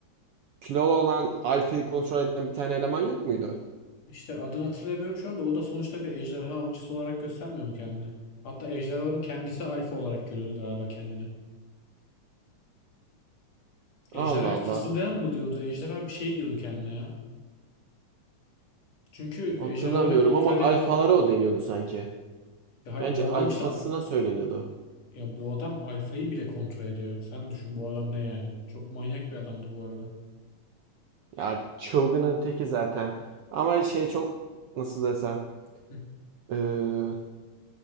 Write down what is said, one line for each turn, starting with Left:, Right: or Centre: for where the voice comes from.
Right: kilolu olan alfayı kontrol eden bir tane eleman yok muydu?
Left: İşte adını hatırlamıyorum şu anda. O da sonuçta bir ejderha avcısı olarak göstermiyor mu kendini? Hatta ejderhaların kendisi alfa olarak görüyordu galiba kendini.
Right: Allah
Left: Ejderhaya
Right: Allah.
Left: fısıldayan mı diyordu? Ejderha bir şey diyordu kendine ya. Çünkü
Right: Hatırlamıyorum
Left: ejderhaları kontrol
Right: ama
Left: edebiliyordu.
Right: alfalara o deniyordu sanki.
Left: Ya hayır
Right: Bence
Left: bu
Right: alfasına
Left: adam işte
Right: söyleniyordu.
Left: ya bu adam alfayı bile kontrol ediyor. Sen düşün bu adam ne yani? Çok manyak bir adamdı bu arada.
Right: Ya çılgının teki zaten. Ama şey çok nasıl desem
Left: Hı.
Right: eee,